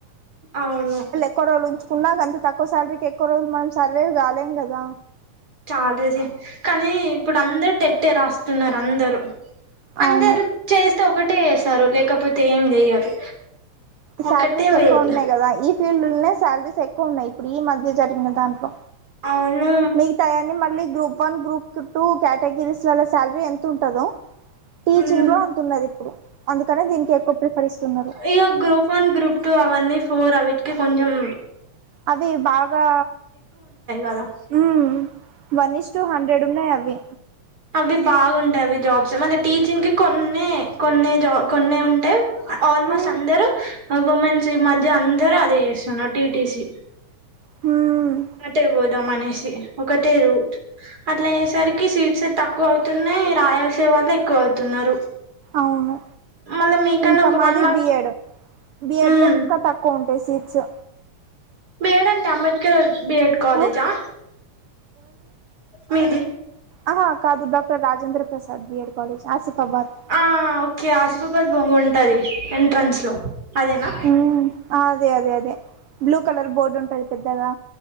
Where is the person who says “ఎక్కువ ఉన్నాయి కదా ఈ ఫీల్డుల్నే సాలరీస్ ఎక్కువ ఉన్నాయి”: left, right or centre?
Right